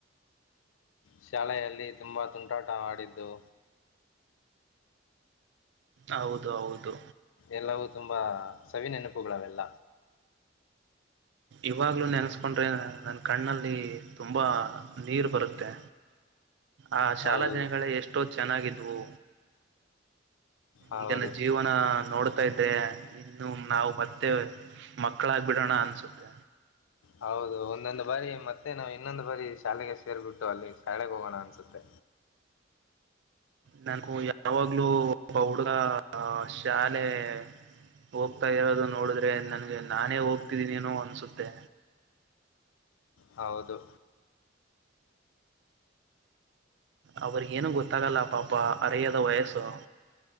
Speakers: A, on the left; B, on the right.
A: ಶಾಲೆಯಲ್ಲಿ ತುಂಬಾ ತುಂಟಾಟ ಮಾಡಿದ್ದು.
B: ಹೌದು ಹೌದು
A: ಎಲ್ಲವೂ ತುಂಬಾ ಸವಿ ನೆನಪುಗಳು ಅವೆಲ್ಲ.
B: ಇವಾಗಲೂ ನೆನೆಸ್ಕೊಂಡ್ರೆ ನನ್ನ ಕಣ್ಣಲ್ಲಿ ತುಂಬಾ ನೀರು ಬರುತ್ತೆ. ಆ ಶಾಲಾ
A: ಹೌದು
B: ದಿನಗಳ ಎಷ್ಟೋ ಚೆನ್ನಾಗಿದ್ವು
A: ಹೌದು
B: ಈಗಿನ ಜೀವನ. ನೋಡ್ತಾ ಇದ್ರೆ ಇನ್ನು ನಾವು ಮತ್ತೆ ಮಕ್ಕಳಾಗಬಿಡೋಣ ಅನ್ನಿಸುತ್ತೆ.
A: ಹೌದು ಒಂದೊಂದು್ ಬಾರಿ ಮತ್ತೆ ನಾವು ಇನ್ನೊಂದ್ ಬಾರಿ ಶಾಲೆಗೆ ಸೇರ್ಬಿಟ್ಟು ಅಲ್ಲಿ ಶಾಲೆಗೆ ಹೋಗೋಣ ಅನ್ನಿಸುತ್ತೆ.
B: ನನಗೂ ಯಾವಾಗ್ಲೂ ಒಬ್ಬ ಹುಡಗ ಶಾಲೆ. ಹೋಗ್ತಾ ಇರೋದು ನೋಡಿದ್ರೆ ನನ್ಗೆ ನಾನೇ ಹೋಗ್ತಿದೀನೇನೋ ಅನ್ನಿಸುತ್ತೆ.
A: ಹೌದು
B: ಅವ್ರಗೇನು ಗೊತ್ತಾಗಲ್ಲ ಪಾಪ ಅರಿಯ್ಯದ ವಯಸ್ಸು.